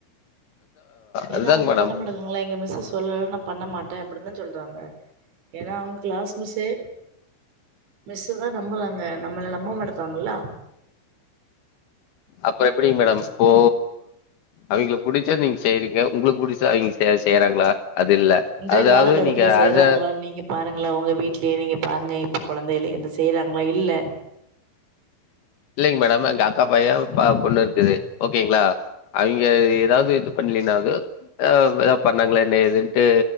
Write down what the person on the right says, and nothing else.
ஏன்னா
அவங்க
பண்ண முடியாதனால எங்க மிஸ்சு சொல்லல நா பண்ண மாட்டே அப்டித்தா சொல்தாங்க ஏன்னா அவங்க கிளாஸ் மிஸ்ஸே மிஸ்சுதா நம்புறாங்க நம்மள நம்ப மாட்துதாங்கில்லா
இன்றைய
காலகட்டத்துல
செய்யறாங்களா
நீங்க பாருங்களே உங்க வீட்லயே நீங்க பாருங்க இப்ப கொழந்தைலயே எந்த செய்யறாங்களா இல்ல